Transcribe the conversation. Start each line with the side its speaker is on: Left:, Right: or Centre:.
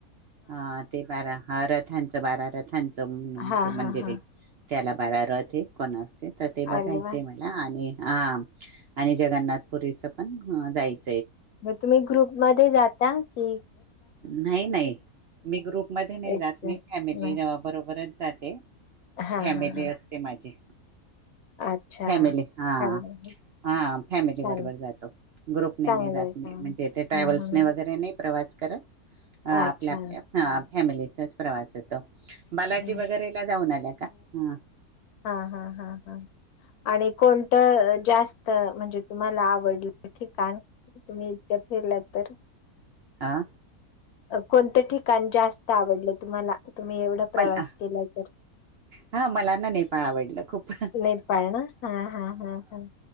Right: हा ते बारा हारत त्यांचं बारा रथ थांच म्हणून
Left: हा
Right: ते
Left: हा
Right: मंदिर
Left: हा
Right: आहे त्याला बारा रथ हे कोणार्क तर तिथे ते बघायचंय
Left: अरे वा
Right: मला आणि हा आणि जगन्नाथपुरीचं पण हं जायचं
Left: मग तुम्ही ग्रुपमध्ये जाता की?
Right: नाही नाही मी ग्रुप मध्ये नाही
Left: एकच
Right: जात. मी
Left: नाही
Right: फॅमिली बरोबर बरच जाते.
Left: हां,
Right: फॅमिली
Left: हां, हां.
Right: असते माझी.
Left: अच्छा.
Right: फॅमिली हा
Left: चांगलं आहे.
Right: हा फॅमिली
Left: छान.
Right: बरोबर जातो. ग्रुप ने
Left: चांगलं
Right: नाही जात
Left: आहे, चांगलं
Right: मि म्हणजे
Left: आहे.
Right: ते ट्रॅव्हल्स
Left: हं, हं.
Right: वगैरे नाही. प्रवास करा. अ
Left: अच्छा.
Right: आपल्या आपल्या. फॅमिलीचंच. प्रवास असतो. बालाजी
Left: हं.
Right: वगैरेला जाऊन आल्या का? ह
Left: हां, हां, हां, हां. आणि कोणतं जास्त म्हणजे तुम्हाला आवडलं ठिकाण? तुम्ही इतके फिरलात तर?
Right: आ?
Left: कोणतं ठिकाण जास्त आवडलं तुम्हाला? तुम्ही एवढा प्रवास
Right: मला,
Left: केला तर?
Right: हा मला ना नेपाळ आवडलं खूप
Left: नेपाळ ना? हां, हां, हां, हां.